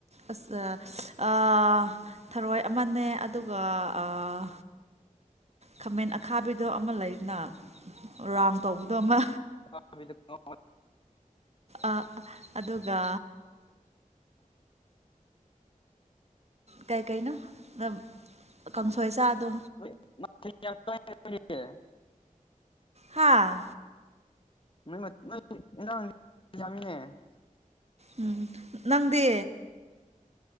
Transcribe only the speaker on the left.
<unintelligible>
<unintelligible>
<unintelligible>